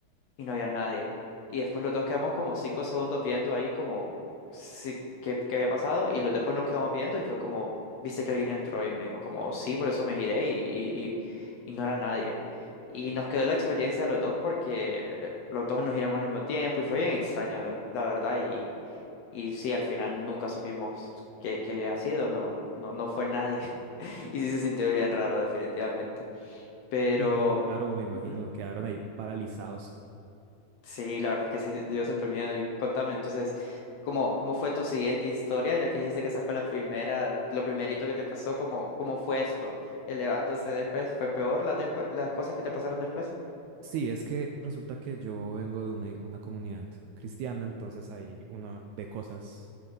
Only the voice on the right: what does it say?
Uy, no, claro, me imagino,
quedaron ahí paralizados.
Sí, es que resulta que yo vengo de una, una comunidad cristiana, entonces ahí uno ve cosas,